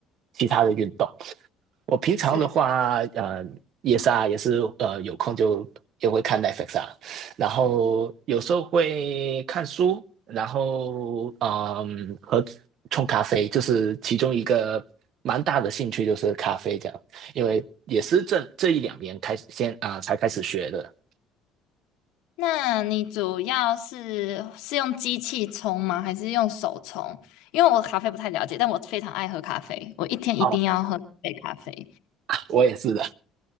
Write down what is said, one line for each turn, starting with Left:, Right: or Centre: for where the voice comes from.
Right: 其他的运动。我平常的话，
Left: 是。
Right: 呃，也是啊，也是呃，有空就也会看 Netflix 啊，然后有时候会看书，然后嗯，和冲咖啡，就是其中一个蛮大的兴趣就是咖啡这样，因为也是这这一两年开始先啊、才开始学的。
Left: 那你主要是是用机器冲吗？还是用手冲？因为我咖啡不太了解，但我非常爱喝咖啡，我一天一定要喝一杯咖啡。
Right: 哦，<laughs> 我也是的。